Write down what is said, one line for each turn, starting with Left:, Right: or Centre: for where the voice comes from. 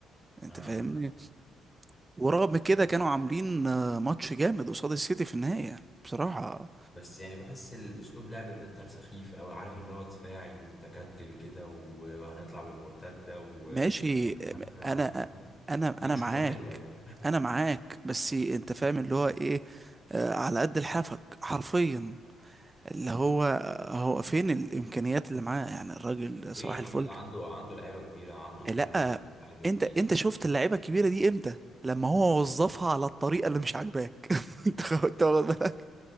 Right: انت
Left: اه
Right: فاهمني ورغم كده كانوا عاملين آه، ماتش جامد قصاد السيتي في النهاية يعني بصراحة
Left: بس يعني بحس الاسلوب لعب الانتر سخيف قوي عارف اللي هو دفاعي ومتكتل كده و- وهنطلع بالمرتده و-
Right: ماشي
Left: وهنقفل
Right: آه،
Left: على
Right: انا
Left: طول طب
Right: انا
Left: دي
Right: انا
Left: مش
Right: معاك
Left: كوره حلوه يعني
Right: انا معاك بس انت فاهم اللي هو ايه آه، على قد لحافك حرفيا اللي هو هو فين الامكانيات اللي معاه يعني الراجل
Left: ايه
Right: صباح
Left: يا
Right: الفل
Left: عم ده عنده عنده لعيبه كبيره عنده في
Right: لا
Left: كل مركز لعيبه اتنين
Right: انت انت شفت اللعيبه الكبيره دي امتى لما هو وظفها على الطريقه اللي مش عاجباك <laughs> انت خ- انت واخد بالك